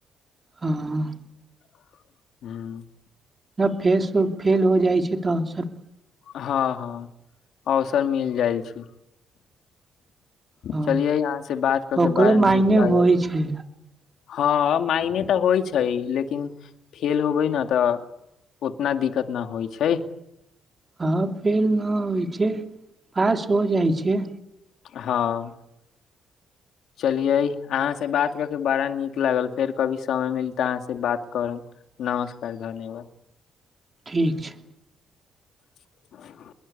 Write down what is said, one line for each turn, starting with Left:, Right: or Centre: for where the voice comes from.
Right: <unintelligible>
Left: <inaudible> हूँ
Right: न फेस फेल हो जाइ छै तऽ अबसर
Left: हँ हँ अवसर मिल जाइ छै <inaudible>
Right: हँ
Left: चलियै अहाँसँ बात कऽ केँ
Right: ओकरो
Left: बड़ा नीक
Right: मायने
Left: लागल
Right: होइ छै
Left: <inaudible> हँ मायने तऽ होइ छै लेकिन फेल होबै न तऽ उतना दिक्कत न होइ छै
Right: हँ फेल ना होइ छै पास हो जाइ छै
Left: हाँ <inaudible> चलिये अहाँ से बात कऽ केँ बड़ा नीक लागल फेर कभी समय मिलतै अहाँ से बात करब नमस्कार धन्यवाद
Right: ठीक छै
Left: <unintelligible>